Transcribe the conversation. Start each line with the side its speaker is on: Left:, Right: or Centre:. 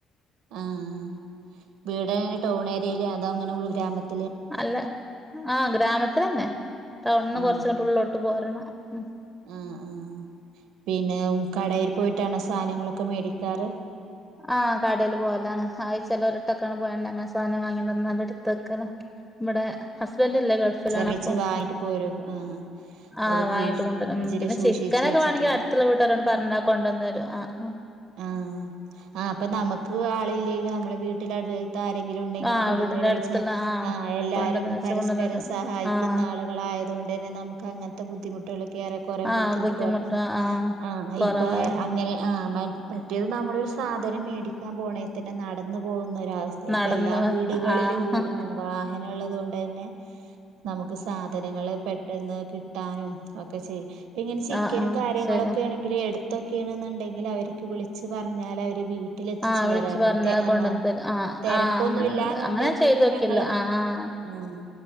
Right: ആഹ് വീടെങ്ങനെ ടൗൺ ഏരിയയിലെ അതോ അങ്ങനെ ഉൾ ഗ്രാമത്തി
Centre: അല്ല ആഹ് ഗ്രാമത്തിലെന്നെ. ടൗണ്ന്ന്
Right: ആഹ്
Centre: കൊറ്ച് ഇങ്ങട്ട് ഉള്ളോട്ട് പോരണം ഉം.
Right: ആഹ് ആഹ്. പിന്നെ കടേൽ പോയിട്ടാണോ സാനങ്ങളൊക്കെ മേടിക്കാറ്.
Centre: ആഹ് കടേല് പോവലാണ്. ആയി ചെലോര് ട്ടൊക്കാണ് പോയണ്ടങ്ങെനെ സാനം വാങ്ങി ക്കൊണ്ടന്നാണ്ട് ഇട്ത്തക്കല മ്മടെ ഹസ്ബന്റില്ല ഗൾ പ്പ് ലാണപ്പം.
Right: ചെറിച്ച് വാങ്ങിട്ട് പോരും ആഹ്
Centre: ആഹ്
Right: അത് ഫ്രീസ്
Centre: വാങ്ങിട്ട് കൊണ്ടെരും.
Right: ഫ്രിഡ്ജില്
Centre: പിന്നെ
Right: സൂക്ഷിച്ച്
Centre: ചിക്കെനോക്കെ
Right: വെച്ചിട്ടില്ലേ
Centre: വാണെങ്കി ത്ത്‌ള്ള വീട്ട്കാരോട് പറ്ഞാ കൊണ്ടന്നെരും ആഹ്
Right: ആഹ് ആഹ് അപ്പ നമ്മക്ക് ആള്ല്ലേലും നമ്മളെ വീട്ടിലത് ത്ത്‌ ആരെങ്കിലും ഇണ്ടെങ്കില്
Centre: ആഹ് ആഹ്
Right: കൊട്ന്ന്
Centre: വീടിന്റെ
Right: വെരോയ്ച്ചാ
Centre: അടുത്തുള്ള
Right: ആഹ് എല്ലാരും
Centre: കൊണ്ടന്ന് വെച്ച
Right: പരസ്പരം
Centre: കൊണ്ടന്ന് തരും
Right: സഹായിക്കുന്ന
Centre: ആഹ്
Right: ആളുകളായ അത്കൊണ്ടെന്നെ നമുക്ക് അങ്ങൻത്തെ ബുദ്ധിമുട്ടുകൾ ഏറെ കൊറെ കൊറെ
Centre: ആഹ്
Right: ബുദ്ധിമുട്ട്
Centre: ബുദ്ധിമുട്ടാ
Right: കൊറയാൻ ആഹ്
Centre: കൊറവാ
Right: ഇപ്പ അങ്ങനെ ആഹ് മറ്റേത് നമ്മളൊരു സാധനം മേടിക്കാൻ പോണ തന്നെ നടന്ന് പോകുന്ന ഒരവസ്ഥ
Centre: നടന്നു
Right: ഇപ്പ എല്ലാ വീടുകളിലും
Centre: ആഹ് ആഹ്
Right: വാ അങ്ങന ഉള്ളത് കൊണ്ട് തന്നെ നമുക്ക് സാധനങ്ങള് പെ പെട്ടെന്ന് കിട്ടാനും ഒക്കെ ചെയ്. ഇപ്പ. ങ്ങനെ ചിക്കനും
Centre: ആഹ് ആഹ്
Right: കാര്യങ്ങളൊക്കെ
Centre: ശരി
Right: ആണെ ങ്കില് എട്ത്തൊക്കേണ്ന്നെണ്ടെങ്കിൽ അവർക്ക് വിളിച്ച്പറഞ്ഞാല് അവര് വീട്ടിലെത്തിച്
Centre: ആഹ് വിളിച്ചു
Right: തരാറ്.
Centre: പറഞ്ഞ കൊണ്ടന്ന്
Right: ആഹ്
Centre: തരും ആഹ്
Right: തെരക്കൊന്നും
Centre: ആഹ് അങ്ങനെണ്ട്
Right: ഇല്ലാന്ന്ണ്ടെങ്കില്
Centre: അങ്ങനെ ചെയ്ത് നോക്കില്ല
Right: ഞങ്ങളെ
Centre: ആഹ് ആഹ്
Right: ആഹ്